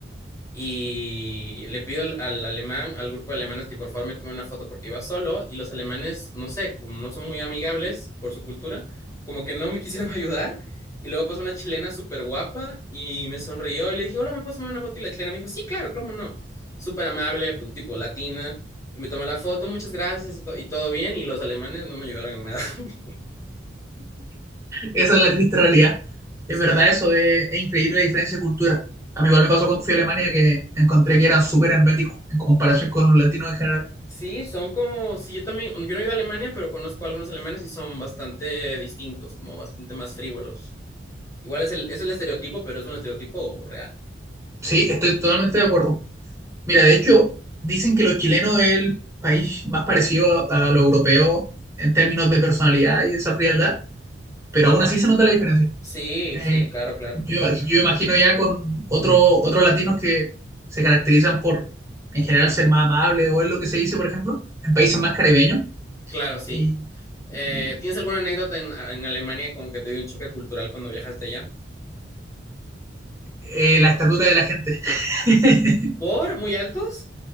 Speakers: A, on the left (about 20°); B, on the right (about 15°).
A: y le pido al, al alemán, al grupo de alemanes que por favor me tome una foto porque iba solo y los alemanes, no sé, como no son muy amigables por su cultura, como que no me <laughs> quisieron ayudar y luego pasó una chilena súper guapa y me sonrió y le dije, hola, ¿me puedes tomar una foto? Y la chilena me dijo, sí, claro, cómo no, súper amable, pues, tipo latina y me tomó la foto, muchas gracias y, to- y todo bien y los alemanes no me ayudaron en nada. <laughs>
B: Esa es la triste realidad. Es
A: Sí.
B: verdad eso, es, es increíble la diferencia de cultura. A mí igual me pasó cuando fui a Alemania que encontré que eran súper herméticos en comparación con los latinos en general.
A: Sí, son como, sí, yo también, yo no he ido a Alemania, pero conozco a algunos alemanes y son bastante distintos, como bastante más frívolos. Igual es el, es el estereotipo, pero es un estereotipo real.
B: Sí, estoy totalmente de acuerdo. Mira, de hecho, dicen que los chilenos es el país más parecido a, a lo europeo en términos de personalidad y esa frialdad, pero aún así se nota la diferencia.
A: Sí,
B: Eh,
A: sí, claro, claro,
B: yo,
A: claro.
B: ima- yo imagino ya con otro, otros latinos que se caracterizan por, en general, ser más amables o es lo que se dice, por ejemplo, en países más caribeños,
A: Claro, sí.
B: y,
A: Eh,
B: y,
A: ¿tienes alguna anécdota en, en Alemania como que te dio un choque cultural cuando viajaste allá?
B: eh, la estatura de la gente. <laughs>
A: ¿Por muy altos?